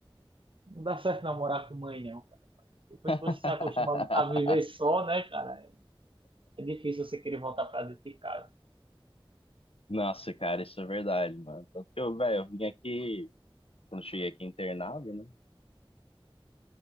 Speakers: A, on the right; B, on the left.
A: Não dá certo namorar com mãe, não, cara. Depois
B: <laughs>
A: que você se acostuma a viver só, né, cara? É difícil você querer voltar pra dentro de casa.
B: Nossa, cara, isso é verdade, mano. Tanto que eu, velho, eu vim aqui, quando eu cheguei aqui internado, né?